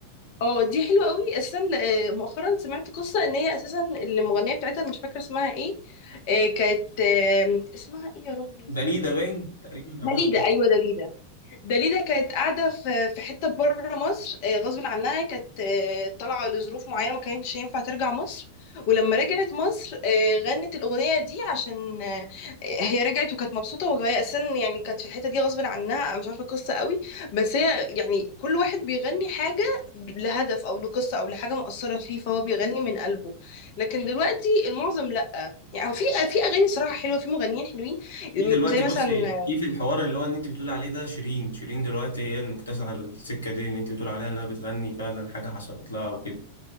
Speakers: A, on the left; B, on the left.
A: اه دي حلوة قوي اساسا ل- آه، مؤخرا سمعت قصة ان هي اساسا المغنية بتاعتها أنا مش فاكرة اسمها ايه آه، كانت آم، اسمها ايه يا ربي
B: ده ليه ده باين تقريبا
A: دليدة
B: أو حاجة
A: ايوه دليدة داليدا كانت قاعدة في في حتة بره مصر آه، غصب عنها كانت آه، طالعة لظروف معينة ما كانتش ينفع ترجع مصر ولما رجعت مصر آه، غنت الأغنية دي عشان آه، هي رجعت وكانت مبسوطة وهي أساسا يعني كانت في الحتة دي غصب عنها أنا مش عارفة القصة قوي بس هي يعني كل واحد بيغني حاجة لهدف أو لقصة أو لحاجة مؤثرة فيه فهو بيغني من قلبه لكن دلوقتي المعظم لأ يعني هو في في أغاني صراحة حلوة في مغنيين حلوين
B: في دلوقتي
A: زي مثلا
B: بصي في في الحوار اللي هو ان انت بتقول عليه ده شيرين شيرين دلوقتي هي المكتسحه السكه دي اللي انت بتقول عليها انها بتغني فعلا حاجه حصلت لها وكده